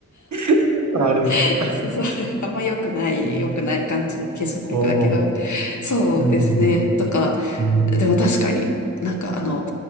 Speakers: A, on the right; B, on the left.
A: そんなんあるんですか
B: <laughs> そう、そうあんま良くない、
A: うん
B: 良くない感じの結束力だけど、
A: はあ、
B: そうですね。
A: うんうん。
B: とか、
A: うん
B: でも確かに、なんかあの、